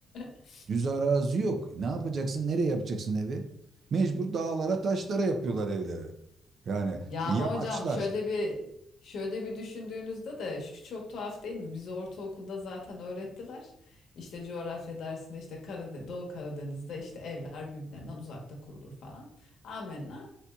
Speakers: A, on the left (about 70°); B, on the right (about 55°).
A: <laughs>
B: düz arazi yok ne yapacaksın nereye yapacaksın evi mecbur dağlara taşlara yapıyorlar evleri yani
A: Ya
B: yamaçlar
A: ama hocam şöyle bir şöyle bir düşündüğünüzde de şu çok tuhaf değil mi? Bizi ortaokulda zaten öğrettiler. İşte coğrafya dersinde işte Karadeniz, Doğu Karadeniz'de işte evler birbirlerinden uzakta kurulur falan. Amenna.